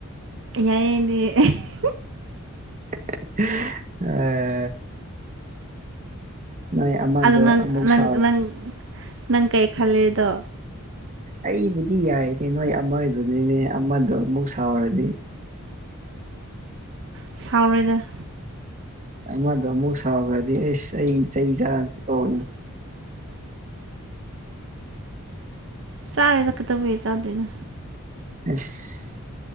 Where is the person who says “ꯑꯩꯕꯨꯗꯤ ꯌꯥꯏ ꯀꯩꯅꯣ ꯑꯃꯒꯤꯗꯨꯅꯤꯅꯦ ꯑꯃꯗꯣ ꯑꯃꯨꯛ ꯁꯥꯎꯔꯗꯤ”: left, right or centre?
Right